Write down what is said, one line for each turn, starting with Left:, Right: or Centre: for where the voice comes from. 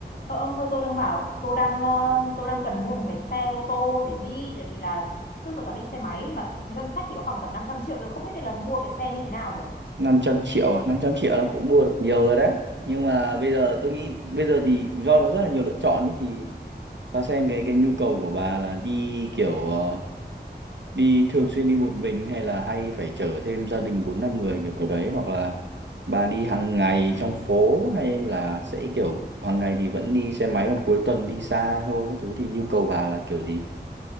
Left: Ờ, ông ơi tôi đang bảo tôi đang ờ, tôi đang cần mua một cái xe ô tô để đi tại vì là trước giờ toàn đi xe máy mà ngân sách thì có khoảng tầm năm trăm triệu tôi không biết nên là mua cái xe như thế nào nhỉ
Right: năm trăm triệu à? năm trăm triệu là cũng mua được nhiều rồi đấy. Nhưng mà bây giờ tôi nghĩ bây giờ thì do nó rất là nhiều lựa chọn ấy thì bà xem cái cái nhu cầu của bà là đi kiểu ờ, đi thường xuyên đi một mình hay là hay phải chở thêm gia đình 4 5 người kiểu kiểu đấy hoặc là bà đi hàng ngày trong phố hay là sẽ kiểu hàng ngày thì vẫn đi xe máy còn cuối tuần đi xa thôi các thứ thì nhu cầu bà là kiểu gì?